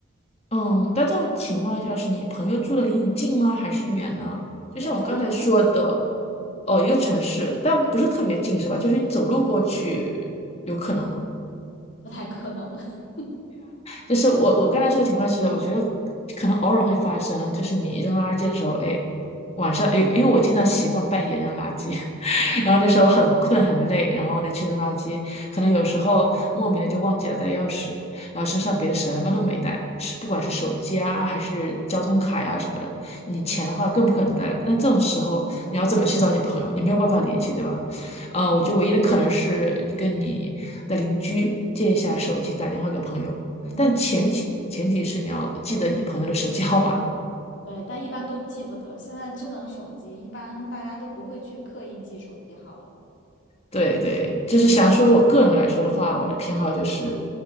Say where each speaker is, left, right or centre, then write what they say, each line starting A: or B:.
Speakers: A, on the left; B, on the left.
A: 嗯，但这种情况下是你朋友住的离你近吗？还是远呢？就像我刚才说的，
B: 就是在一个场所，嗯，
A: 哦，一个城市，但不是特别近，是吧？就是你走路过去，有可能吗？
B: 不太可能。<laughs>
A: 就是我我刚才说的情况是，我觉得可能偶尔会发生，就是你扔垃圾的时候，哎，晚上因因为我经常习惯半夜扔垃圾，<laughs>
B: 嗯
A: 然后那时候很困很累，然后呢去扔垃圾，可能有时候莫名的就忘记了带钥匙，然后身上别的什么都没带，是不管是手机啊还是交通卡呀、什么的，你钱的话更不可能带了。
B: 嗯
A: 那这种时候你要怎么去找你朋友？你没有办法联系，对吧？呃，
B: 嗯。
A: 我觉得唯一的可能是你跟你的邻居借一下手机，打电话给朋友。
B: 嗯，
A: 但前提前提是你要记得你朋友的手机号码，
B: 对，但一般都记不得。现在智能手机一般大家都不会去刻意记手机号了。
A: 对对，就是想说，我个人来说的话，我的偏好就是，